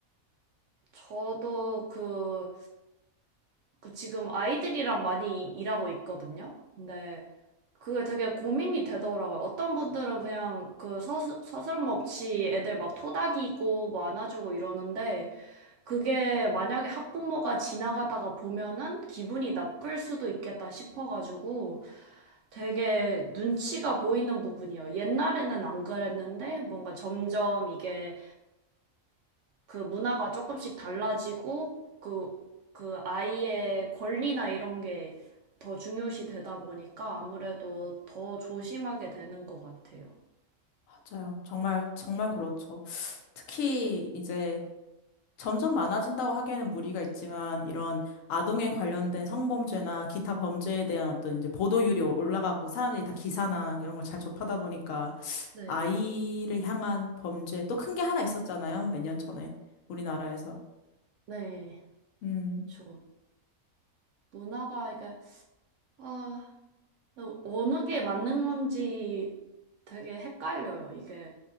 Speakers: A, on the right (about 70°); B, on the left (about 70°).
A: 저도 그, 그 지금 아이들이랑 많이 일하고 있거든요. 근데 그게 되게 고민이 되더라고요. 어떤 분들은 그냥 그 서스, 서스럼 없이 애들 막 토닥이고 뭐 안아주고 이러는데 그게 만약에 학부모가 지나가다가 보면은 기분이 나쁠 수도 있겠다 싶어가지고 되게 눈치가 보이는 부분이에요. 옛날에는 안 그랬는데 뭔가 점점 이게 그 문화가 조금씩 달라지고 그, 그 아이의 권리나 이런 게 더 중요시 되다 보니까 아무래도 더 조심하게 되는 것 같아요.
B: 맞아요. 정말, 정말 그렇죠. 특히, 이제, 점점 많아진다고 하기에는 무리가 있지만 이런 아동에 관련된 성범죄나 기타 범죄에 대한 어떤 이제 보도율이 올- 올라가고 사람들이 다 기사나 이런 걸 잘 접하다 보니까
A: 네.
B: 아이를 향한 범죄 또 큰 게 하나 있었잖아요. 몇 년 전에 우리나라에서.
A: 네,
B: 음,
A: 저 문화가 이게 아 근데 어느 게 맞는 건지 되게 헷갈려요, 이게.